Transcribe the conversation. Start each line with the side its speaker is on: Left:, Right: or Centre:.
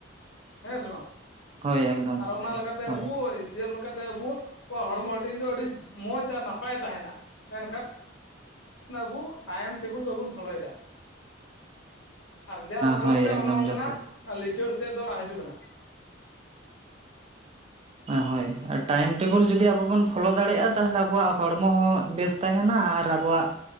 Left: ᱦᱮᱸ ᱥᱮ ᱵᱟᱝ
Right: ᱦᱳᱭ ᱮᱠᱫᱚᱢ ᱜᱚᱝᱠᱮ
Left: ᱟᱨ ᱚᱱᱟ ᱞᱮᱠᱟᱛᱮ
Right: ᱦᱳᱭ
Left: ᱟᱵᱚᱭᱥ, ᱥᱮᱵᱽ ᱞᱮᱠᱟᱛᱮ ᱟᱵᱚ ᱠᱚᱣᱟᱜ ᱦᱚᱲᱢᱚ ᱦᱟᱹᱴᱤᱧ ᱫᱚ ᱟᱹᱰᱤ ᱢᱚᱡᱽ ᱟᱨ ᱱᱟᱯᱟᱭ ᱛᱟᱦᱮᱸᱱᱟ ᱢᱮᱱᱠᱷᱟᱱ ᱟᱵᱚ ᱴᱟᱭᱮᱢ ᱴᱮᱵᱮᱞ ᱵᱟᱵᱚᱱ ᱯᱷᱳᱞᱳᱭᱮᱫᱟ, ᱟᱨ ᱡᱟᱨ ᱯᱷᱚᱞᱚ
Right: ᱦᱳᱭ
Left: ᱛᱮ
Right: ᱮᱠᱫᱚᱢ
Left: ᱚᱱᱮ
Right: ᱡᱚᱛᱷᱟᱛ
Left: ᱚᱱᱟ ᱞᱤᱪᱟᱹᱲ ᱥᱮᱫ ᱫᱚ ᱦᱤᱡᱩᱜ ᱠᱟᱱᱟ,
Right: ᱦᱳᱭ ᱟᱨ ᱴᱟᱭᱨᱢ ᱴᱮᱵᱮᱞ ᱡᱩᱚᱫᱤ ᱥᱵᱚ ᱵᱚᱱ ᱯᱷᱚᱞᱳ ᱫᱟᱲᱮᱭᱟᱜᱼᱟ ᱛᱟᱦᱚᱞᱮ ᱟᱵᱚᱣᱟᱜ ᱦᱚᱲᱢᱚ ᱦᱚᱸ ᱵᱮᱥ ᱛᱟᱦᱮᱸᱱᱟ ᱟᱨ ᱟᱵᱚᱣᱟᱜ